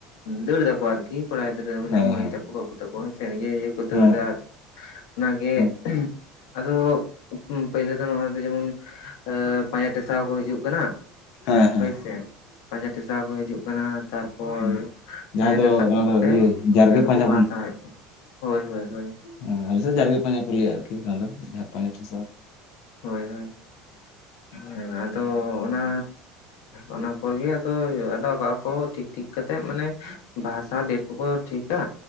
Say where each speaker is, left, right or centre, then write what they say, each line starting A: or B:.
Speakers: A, on the left; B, on the left.
A: ᱫᱟᱹᱲ ᱫᱟᱠᱚ ᱟᱨᱠᱤ᱾ ᱠᱚᱲᱟ ᱜᱤᱫᱽᱨᱟᱹ ᱢᱟᱱᱮ
B: ᱦᱮᱸ
A: ᱢᱟᱹᱭ
B: ᱦᱮᱸ
A: ᱛᱟᱠᱚ ᱵᱟᱹᱵᱩ ᱛᱟᱠᱚ ᱦᱮᱸ ᱥᱮ᱾ ᱱᱤᱡᱮ ᱱᱤᱡᱮ ᱠᱚ ᱫᱟᱹᱲᱫᱟ᱾
B: ᱦᱮᱸ
A: ᱚᱱᱟᱜᱮ
B: ᱦᱮᱸ
A: ᱟᱫᱚ ᱯᱳᱭᱞᱳ ᱫᱚ ᱱᱚᱜ-ᱚᱭ ᱫᱚ ᱡᱮᱢᱚᱱ ᱟᱹ ᱯᱟᱸᱡᱟ ᱴᱮᱥᱟᱣ ᱠᱚ ᱦᱤᱡᱩᱜ ᱠᱟᱱᱟ
B: ᱦᱮᱸ ᱦᱮᱸ
A: ᱦᱳᱭᱥᱮ᱾ ᱯᱟᱸᱡᱟ ᱴᱮᱥᱟ ᱠᱚ ᱦᱤᱡᱩᱜ ᱠᱟᱱᱟ ᱛᱟᱨᱯᱚᱨ
B: ᱦᱮᱸ ᱡᱟᱦᱟᱸ
A: ᱯᱟᱸᱡᱟ
B: ᱫᱚ
A: ᱴᱮᱥᱟᱣ
B: ᱚᱱᱟ
A: ᱠᱟᱛᱮ
B: ᱫᱚ ᱤᱭᱟᱹ
A: ᱦᱳᱭ
B: ᱡᱟᱨᱜᱮ
A: ᱟᱫᱚ
B: ᱯᱟᱸᱡᱟ
A: ᱠᱚ ᱵᱟᱦᱟ ᱥᱟᱦᱟᱣᱮᱫ ᱠᱚᱣᱟ᱾ ᱦᱳᱭ ᱦᱳᱭ ᱦᱳᱭ ᱾
B: ᱦᱮ ᱟᱞᱮ ᱥᱮᱫ ᱫᱚ ᱡᱟᱨᱜᱮ ᱯᱟᱸᱡᱟ ᱠᱚ ᱞᱟᱹᱭᱟ ᱟᱨᱠᱤ ᱱᱚᱣᱟ ᱫᱚ ᱡᱟᱦᱟᱸ ᱯᱟᱸᱡᱟ ᱴᱷᱮᱥᱟᱣ ᱾
A: ᱦᱳᱭ ᱦᱳᱭ ᱾ ᱦᱮᱸ ᱟᱫᱚ ᱚᱱᱟ ᱚᱱᱟ ᱯᱚᱨ ᱜᱮ ᱟᱫᱚ ᱟᱫᱚ ᱟᱫᱟᱣ ᱵᱟᱣ ᱠᱚ ᱴᱷᱤᱠ ᱴᱷᱤᱠ ᱠᱟᱛᱮᱜ ᱢᱟᱱᱮ ᱵᱟᱦᱟ ᱥᱟᱶ ᱰᱮᱴ ᱠᱚ ᱴᱷᱠᱟ